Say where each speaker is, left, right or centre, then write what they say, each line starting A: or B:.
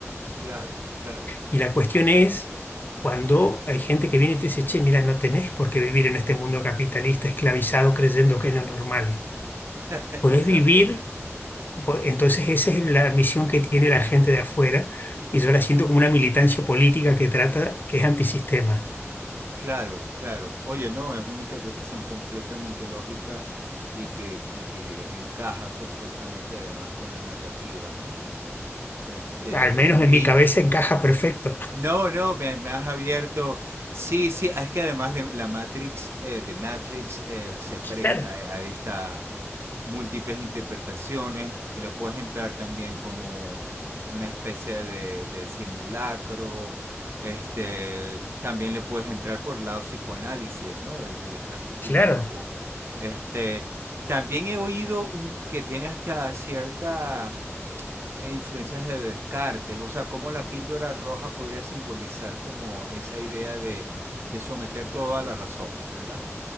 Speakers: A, on the right; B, on the left.
A: claro, claro,
B: Y la cuestión es cuando hay gente que viene y te dice, che, mira, no tenés por qué vivir en este mundo capitalista esclavizado creyendo que es lo normal.
A: <laughs>
B: Podés
A: exacto,
B: vivir, po- entonces esa es la misión que tiene la gente de afuera y yo la siento como una militancia política que trata, que es antisistema.
A: claro, claro. Oye, no, es una interpretación completamente lógica y que, y que encaja perfectamente además con la narrativa, ¿no? Este,
B: Al menos
A: y,
B: en
A: y
B: mi cabeza encaja perfecto.
A: No, no, me, me has abierto. Sí, sí, es que además de la Matrix, eh, de Matrix eh, se presta
B: Claro,
A: a, a estas múltiples interpretaciones. Si le puedes entrar también como una especie de, de simulacro. Este, también le puedes entrar por el lado psicoanálisis, ¿no? De que le traste tú
B: claro,
A: un poco. Este, también he oído un- que tiene hasta cierta e influencias de Descartes, o sea, cómo la píldora roja podría simbolizar como esa idea de, de someter todo a la razón, ¿verdad?